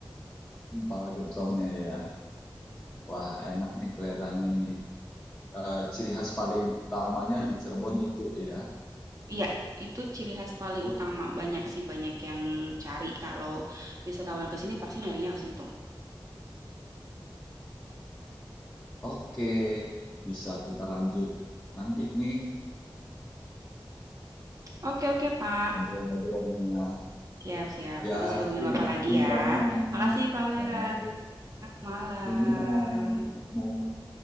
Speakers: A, on the left (about 20°); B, on the right (about 40°).
A: Empal gentongnya ya. Wah, enak nih kelihatannya nih. Eh, ciri khas paling utamanya di Cirebon itu ya.
B: Iya, itu ciri khas paling
A: Oke.
B: utama. Banyak sih banyak yang cari kalau wisatawan ke sini pasti nyarinya ke situ.
A: Oke, bisa kita lanjut nanti nih
B: Oke oke Pak.
A: ngobrol-ngobrolnya.
B: Siap, siap.
A: Ya,
B: Nanti saya hubungin
A: terima
B: Bapak
A: kasih
B: lagi ya.
A: banyak.
B: Makasih Pak Wira.
A: Eh, Bu
B: Malam.
A: Bu Gina, mau